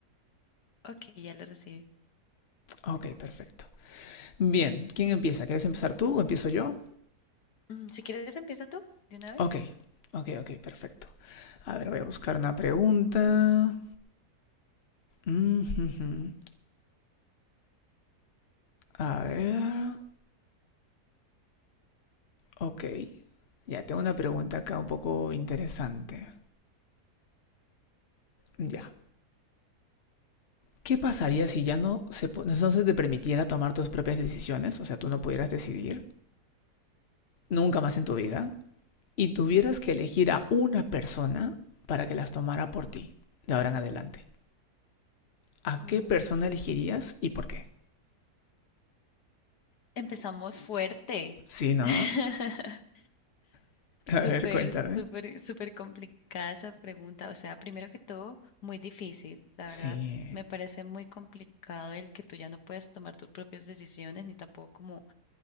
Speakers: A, on the left; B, on the left.
A: ok, ya lo recibí.
B: Ok, perfecto. Bien, ¿quién empieza? ¿Quieres empezar tú o empiezo yo?
A: Mm, si quieres, empieza tú, de una vez.
B: Ok, ok, ok, perfecto. A ver, voy a buscar una pregunta. Mm, jujum. A ver, ok. Ya, tengo una pregunta acá un poco interesante. Ya. ¿Qué pasaría si ya no se, po- no se te permitiera tomar tus propias decisiones? O sea, tú no pudieras decidir. nunca más en tu vida y tuvieras que elegir a una persona para que las tomara por ti de ahora en adelante, ¿a
A: Uy,
B: qué persona elegirías y por qué?
A: empezamos fuerte.
B: Sí, ¿no?
A: <laughs>
B: <laughs> A ver,
A: Súper,
B: cuéntame.
A: súper, súper complicada esa pregunta. O sea, primero que todo, muy difícil. La verdad,
B: Sí,
A: me parece muy complicado el que tú ya no puedes tomar tus propias decisiones ni tampoco como